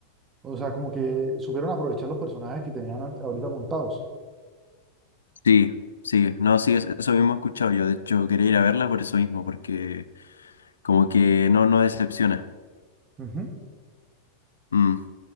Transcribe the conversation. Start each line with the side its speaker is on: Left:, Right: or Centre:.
Right: o sea, como que supieron aprovechar los personajes que tenían ant- ahorita montados,
Left: Sí, sí, no, sí, es- eso mismo he escuchado yo. De hecho, quería ir a verla por eso mismo, porque como que no, no decepciona.
Right: Ujú.
Left: Mm,